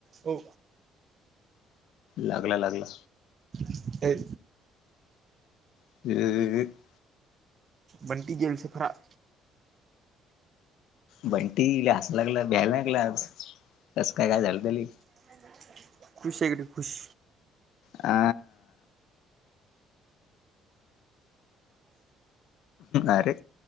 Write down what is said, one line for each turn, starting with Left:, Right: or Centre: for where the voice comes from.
Right: हो.
Left: लागला लागला.
Right: होय.
Left: <unintelligible>
Right: बंटी जेल से फरार.
Left: बंटी लई हसू लागला. भ्यायला लागलं आज. कसं काय? काय झालं तल?
Right: <inaudible> खुश आहे गडी खुश.
Left: आ. आरे.